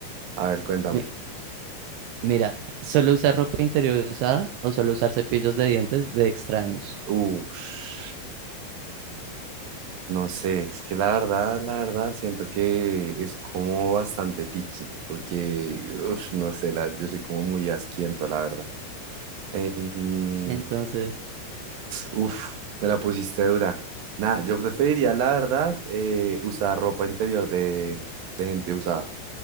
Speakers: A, on the right; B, on the right.
A: A ver, cuéntame.
B: Mi- mira, solo usar ropa interior usada o solo usar cepillos de dientes de extraños.
A: Uf, no sé, es que la verdad, la verdad, siento que es como bastante picky, porque, uf, no sé, la, yo soy como muy asquiento, la verdad. Eh, mm,
B: Entonces,
A: uf, me la pusiste dura. Nada, yo preferiría, la verdad, eh, usar ropa interior de, de gente usada.